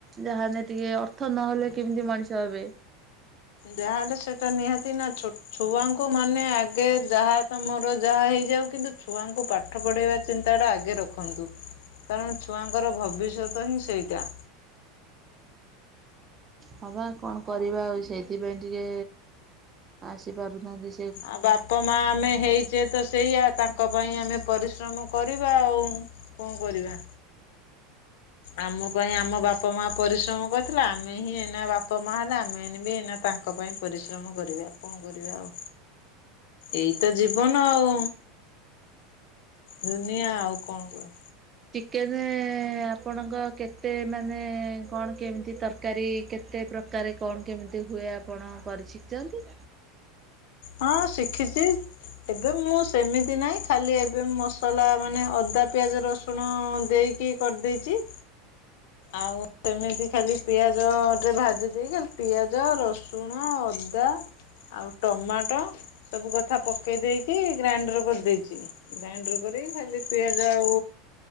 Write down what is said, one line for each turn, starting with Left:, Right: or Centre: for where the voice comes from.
Right: ଯାହେନେ ଟିକେ ଅର୍ଥ ନହେଲେ କେମିତି ମଣିଷ ହେବେ?
Left: ଯାହାଲେ ସେଟା ନିହାତି ନା। ଛୋଟ ଛୁଆଙ୍କୁ ମାନେ ଆଗେ ଯାହା ତମର ଯାହା ହେଇଯାଉ, କିନ୍ତୁ ଛୁଆଙ୍କୁ ପାଠ ପାଠ ପଢ଼େଇବା ଚିନ୍ତାଟା ଆଗେ ରଖନ୍ତୁ। କାରଣ ଛୁଆଙ୍କର ଭବିଷ୍ୟତ ହିଁ ସେଇଟା।
Right: ହବା କଣ କରିବା ଆଉ ସେଇଥିପାଇଁ ଟିକେ ଆସିପାରୁ ନାହାନ୍ତି।
Left: ଆଉ ବାପା ମା ଆମେ ହେଇ ସେ ତ ସେଇଆ ତାଙ୍କ ପାଇଁ ଆମେ ପରିଶ୍ରମ କରିବା ଆଉ। କଣ କରିବା? ଆମ ପାଇଁ ଆମ ବାପା ବାପା ମା ପରିଶ୍ରମ କରିଥିଲେ ଆମେ ହିଁ ଏନା ବାପା ମା ହେଲେ ଆମେ ଏ ବି ଏନା ତାଙ୍କ ପାଇଁ ପରିଶ୍ରମ କରିବା। କଣ କଣ କରିବା ଆଉ ଏଇ ତ ଜୀବନ ଆଉ ଦୁନିଆ ଆଉ କଣ କରି
Right: ଚିକେନ ଆପଣଙ୍କ କେତେ ମାନେ କଣ କେମିତି ତରକାରୀ କେତେ? ପ୍ରକାରେ କଣ କେମିତି ହୁଏ ଆପଣ କରି ଶିଖିଛନ୍ତି?
Left: ହଁ ଶିଖିଛି ଏବେ ମୁଁ ସେମିତି ନାହିଁ ଖାଲି ଏବେ ମସଲା ମାନେ ଅଦା ପିଆଜ ରସୁଣ ଦେଇକି କିଏ କରିଦେଇଛି ଆଉ ସେମିତି ଖାଲି ପିଆଜ ଟେ ଭାଜି ଦେଇେକି ଖାଲି ପିଆଜ ରଷୁ ସୁଣ ଅଦା ଆଉ ଟମାଟୋ ସବୁ କଥା ପକେଇ ଦେଇକି ଗ୍ରାଇଣ୍ଡର୍ କରିଦେଇଛି। ଗ୍ରାଇଣ୍ଡର କରି ଖାଲି ପିଆଜ ଆଉ